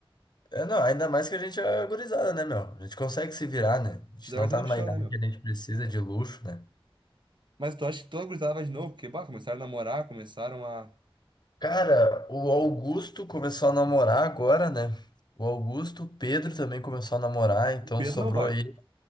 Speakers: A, on the left (about 50°); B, on the right (about 55°).
A: É, não, ainda mais que a gente é gurizada, né, meu? A gente consegue se virar, né? A gente
B: Te dá
A: não
B: vai
A: tá
B: ser no
A: numa
B: chão,
A: idade
B: né, meu?
A: que a gente precisa de luxo, né?
B: Mas tu acha que toda gurizada vai de novo? Porque, bah, começaram a namorar, começaram a.
A: Cara, o Augusto começou a namorar agora, né? O Augusto, o Pedro também começou a namorar, então
B: O Pedro
A: sobrou
B: não vai.
A: aí.